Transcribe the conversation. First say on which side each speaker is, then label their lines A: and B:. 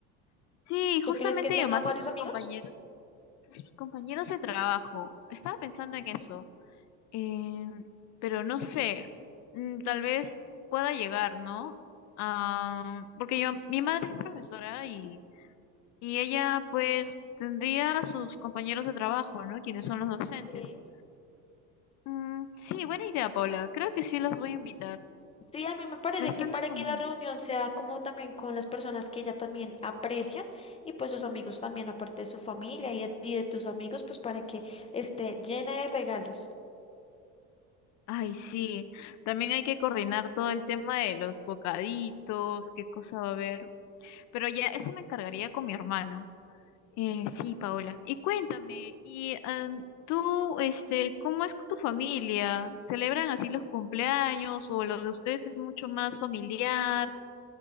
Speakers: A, on the left; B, on the left.
A: sí, justamente
B: ¿Tú crees que tengan
A: mi mamá
B: varios
A: tiene sus
B: amigos?
A: compañeros sus compañeros de trabajo. Estaba pensando en eso, eh, pero no sé, mm, tal vez pueda llegar, ¿no? Ah, porque yo, mi madre es profesora y, y ella pues tendría sus compañeros de trabajo, ¿no? Quienes son los docentes.
B: Sí.
A: Mm, sí, buena idea, Paula. Creo que sí los voy a invitar.
B: Sí, a mí me parece
A: Me
B: que
A: suena
B: para
A: como...
B: que la reunión sea como también con las personas que ella también aprecian y pues sus amigos también, aparte de su familia y de, y de tus amigos, pues para que esté llena de regalos.
A: Ay, sí. También hay que coordinar todo el tema de los bocaditos, qué cosa va a haber. Pero ya, eso me encargaría con mi hermano. Eh, sí, Paola. Y cuéntame, y am, tú, este, ¿cómo es con tu familia? ¿Celebran así los cumpleaños o lo de ustedes es mucho más familiar?